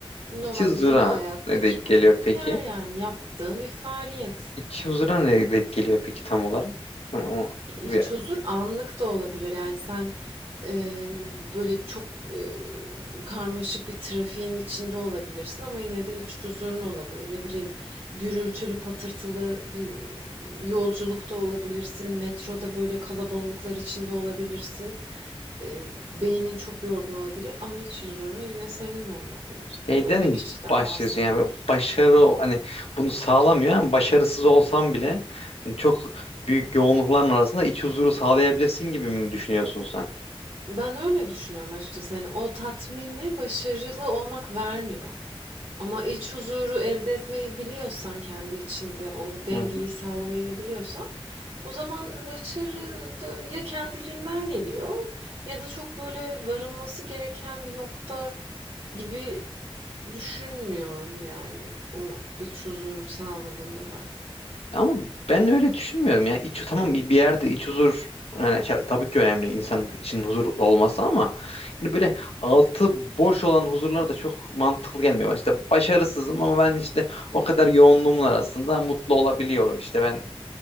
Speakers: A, on the right (about 60°); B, on the left (about 85°).
A: normal
B: İç huzura
A: dünya hayatında
B: ne
A: gittiğin
B: denk geliyor
A: bir
B: peki?
A: yer yani yaptığın bir faaliyet.
B: İç huzura ne denk geliyor peki tam olarak? Yani o
A: İç
B: bir
A: huzur anlık da olabilir. Yani sen eee, böyle çok eee, karmaşık bir trafiğin içinde olabilirsin ama yine de iç huzurun olabilir. Ne bileyim gürültülü patırtılı bir yolculukta olabilirsin. Metroda böyle kalabalıklar içinde olabilirsin. Eee, beynin çok yorgun olabilir ama iç huzurun yine seninle olabilir. Yani
B: şeyden
A: öyle
B: mi
A: bir şeyden
B: başlıyorsun
A: bahsediyoruz.
B: yani böyle başarı o- hani bunu sağlamıyor ama başarısız olsan bile hani çok büyük yoğunlukların arasında iç huzuru sağlayabilirsin gibi mi düşünüyorsun sen?
A: Ben öyle düşünüyorum açıkçası. Hani o tatmini başarılı olmak vermiyor. Ama iç huzuru elde etmeyi biliyorsan kendi içinde o dengeyi
B: Hı hı.
A: sağlamayı biliyorsan o zaman başarı da ya kendiliğinden geliyor ya da çok böyle varılması gereken bir nokta gibi düşünmüyorum yani o iç huzuru sağladığımda ben.
B: Ama ben öyle düşünmüyorum ya. İç, tamam bir bir yerde iç huzur yani şa- tabii ki önemli insanın içinin huzur olması ama hani böyle altı boş olan huzurlar da çok mantıklı gelmiyor. bana. İşte başarısızım ama ben işte o kadar yoğunluğumun arasında mutlu olabiliyorum. İşte ben